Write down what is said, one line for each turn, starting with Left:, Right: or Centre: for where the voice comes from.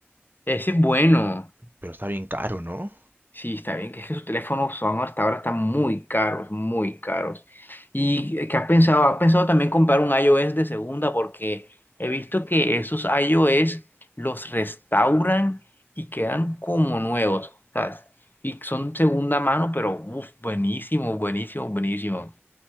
Left: ese es bueno.
Right: Pero está bien caro, ¿no?
Left: Sí, está bien, que es que sus teléfonos son hasta ahora están muy caros, muy caros. ¿Y eh, qué has pensado? ¿Has pensado también comprar un iOS de segunda? Porque he visto que esos iOS los restauran y quedan como nuevos, ¿sabes? Y son segunda mano, pero uf, buenísimo, buenísimo, buenísimo.